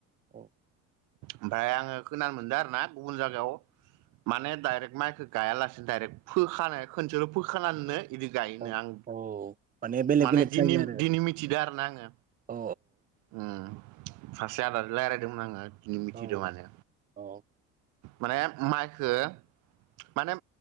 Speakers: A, on the right; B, on the right.
A: औ।
B: ओमफाय आङो खोनानो मोनदों आरो ना गुल जागायाव माने दाइरेक्ट माइखौ गायालासेनो दाइरेक्ट फोखानाय खोनसेल' फोखानानैनो इदि गायोनो
A: औ
B: आं
A: औ बेलेग
B: माने
A: बेलेग
B: दिनि
A: जायो आरो
B: दिनि मिथिदो आरो ना आङो।
A: औ
B: उम। सासे आदादो रायलायदोमोन आङो ओम मिथिदों
A: औ
B: माने।
A: औ
B: माने माइखो माने